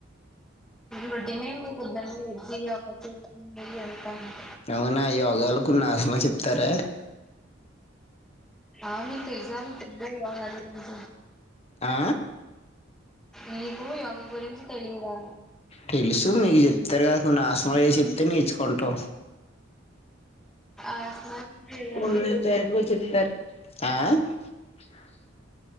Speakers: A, in the centre; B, on the left.
A: బటి ఫుద్ద్దం <unintelligible> <inaudible>
B: అవునా యోగాలకులకున్నిశన చెప్తారా
A: ఆమె తె ఎగజా మీ తగద్దా వగంత
B: ఆ
A: నీకు యోగ గురించి తెలియదా
B: తెలుసు మీ తిరగసినవల్ ఆస్వ ఎసి చెప్తే నేర్చుకుంటాం
A: ఆసనాలు చేయండి
B: ఒళ్ పేరట్ కూడా చెప్తారు ఆ